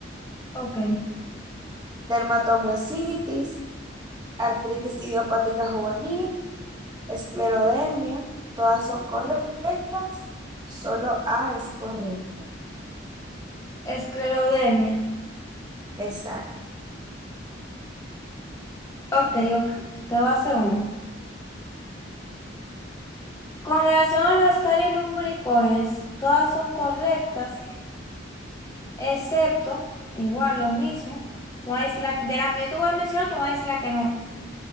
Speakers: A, on the left; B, on the right.
A: Ok,
B: dermatomiositis, artritis idiopática juvenil, esclerodermia, todas son correctas, solo A es correcta.
A: esclerodermia.
B: Exacto.
A: Ok, ok, te voy a hacer uno. Con relación a las caries lumbricoides, todas son correctas, excepto, igual lo mismo, tú vas a decir la, de la que yo te voy a mencionar, tú vas a decir la que no es.